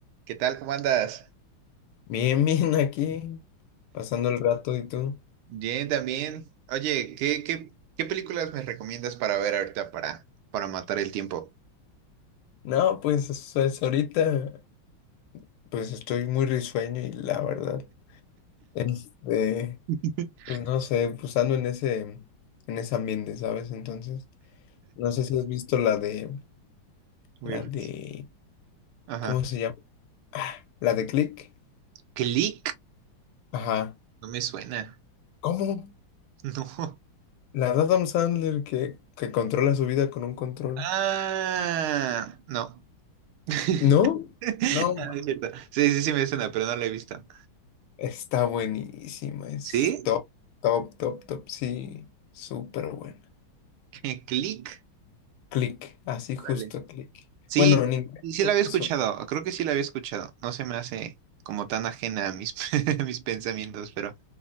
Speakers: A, on the right; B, on the left.
A: ¿Qué tal? ¿Cómo andas?
B: Bien, bien, aquí, pasando el rato y tú.
A: Bien, también. Oye, ¿qué, qué, qué películas me recomiendas para ver ahorita para, para matar el tiempo?
B: No, pues, o es ahorita, pues estoy muy risueño y la verdad, este,
A: <laughs>
B: pues no sé, pues ando en ese, en ese ambiente, ¿sabes? Entonces, no sé si has visto la de,
A: Muy
B: la
A: r-
B: de,
A: Ajá.
B: ¿cómo se llama? Ah, la de Click.
A: ¿Click?
B: Ajá.
A: No me suena. <laughs>
B: ¿Cómo?
A: No.
B: La de Adam Sandler que, que controla su vida con un control.
A: Ah, no. <laughs>
B: ¿No? No.
A: Ah, no es cierto. Sí, sí, sí me suena, pero no la he visto.
B: Está buenísima, es
A: ¿Sí?
B: top, top, top, top, sí, súper buena.
A: <laughs> ¿Click?
B: Click, así justo
A: Órale.
B: click.
A: Sí,
B: Bueno, en inglés
A: sí, sí
B: creo
A: la había
B: que
A: escuchado.
B: eso.
A: Creo que sí la había escuchado. No se me hace como tan ajena a mis, <laughs> a mis pensamientos, pero.